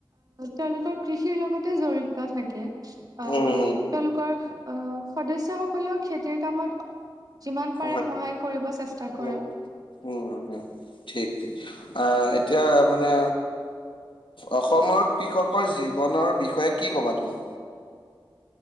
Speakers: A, on the right; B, on the left.
A: তেওঁলোকৰ কৃষিৰ লগতে জড়িত থাকে। আ,
B: উম
A: তেওঁলোকৰ আ, সদস্যসকলেও খেতিৰ কামত যিমান পাৰে
B: হয়
A: সহায় কৰিব চেষ্টা
B: উম
A: কৰে।
B: উম হয়। ঠিক ঠিক। আ এতিয়া মানে অসমৰ কৃষকৰ জীৱনৰ বিষয়ে কি ক'বা তুমি?